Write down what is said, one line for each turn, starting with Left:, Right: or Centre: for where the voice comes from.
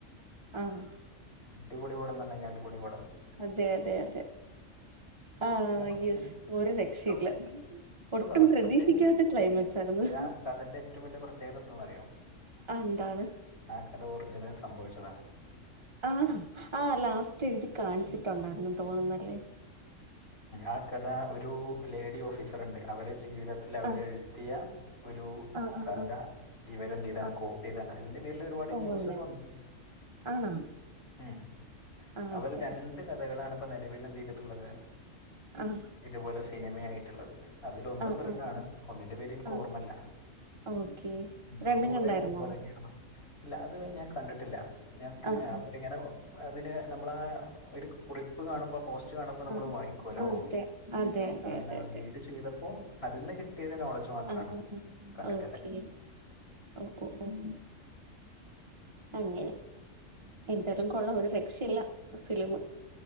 Right: ആ.
Left: അടിപൊളപടംന്ന്പറഞ്ഞാ അടിപൊളിപടം
Right: അതെ അതെ അതെ ആഹ്
Left: കാരണം
Right: യസ് ഒരു രക്ഷയില്ല.
Left: ഒട്ടും
Right: ഒട്ടും
Left: പറയാ
Right: പ്രതീക്ഷിക്കാത്ത
Left: പക്ഷെ
Right: ക്ലൈമാറ്റ് ആരുന്നു
Left: പക്ഷെ ആ കഥന്റെ ഏറ്റവും വലിയ പ്രത്യേകത എന്താണെന്നറിയോ
Right: ആ എന്താണ്?
Left: ആ കഥ ഒറിജിനൽ സംഭവിച്ചതാണ്.
Right: ആണോ ആ ലാസ്റ്റ് എഴുതി കാണിച്ചിട്ടുണ്ടാരുന്നു തോന്നുന്നല്ലേ.
Left: ആ കഥ ഒരു ലേഡി ഓഫീസർ ഉണ്ട് അവരെടെ ജീവിത ത്തിൽ അവരെ
Right: ആഹ്
Left: എഴുതിയ ഒരു
Right: ആഹ് ആഹ്
Left: കഥ
Right: ആഹ്
Left: ഇവരെന്ത്യ്താണ്
Right: ആഹ്
Left: കോപ്പി ചെയ്താണ് അതിന്റെ പേരിൽ ഒരുപാട്ന്യൂസ്
Right: ഓഹ് അങ്ങനെ
Left: ഒക്കെ വന്നു
Right: ആണോ
Left: ഉം
Right: ആഹ്
Left: അവര്
Right: അതെ
Left: രണ്ട് കഥകളാണ് ഇപ്പ നിലവിലന്തേതെ ട്ടുള്ളത്
Right: ആഹ്
Left: ഇതുപോലെ സിനിമ ആയിട്ടുള്ളത് അതിലൊന്ന്
Right: ആഹ്
Left: ദൃഢാണ്
Right: ആഹ് ആഹ്
Left: ഒന്നിന്റെ പേര് എനിക്ക്
Right: ആഹ്
Left: ഓർമ്മല്ല
Right: ഓക്കെ
Left: ഉം
Right: രണ്ടും
Left: ഒന്ന് കൊറേ
Right: കണ്ടായിരുന്നോ
Left: മുമ്പ് ഇറങ്ങിയതാ ഇല്ല അത് ഞാൻ കണ്ടിട്ടില്ല ഞാ
Right: ആഹ്
Left: ഏ
Right: ആഹ്
Left: അവര്ങ്ങനെ അതില് നമ്മള ഒരു കുറിപ്പ് കാണുമ്പോ പോസ് കാണുമ്പോ നമ്മൾ
Right: ആഹ്
Left: വായിക്കോല്ലോ
Right: ആഹ് അതെ അതെ അതെ
Left: ആന്നേ
Right: അതെ അതെ
Left: റീഡ് ചെയ്തപ്പോ അതിന്ന് കിട്ടിയൊരു നോളജ് മാത്രാണ്
Right: ആഹ് ആഹ് ആഹ്
Left: കണ്ടിട്ടിള്ളെ
Right: ഓക്കെ ഓഹ് ഓഹ് ഓഫ് ഓഹ് അങ്ങനെ എന്തായാലും കൊള്ളാം ഒരു രക്ഷയില്ല ആ ഫിലിം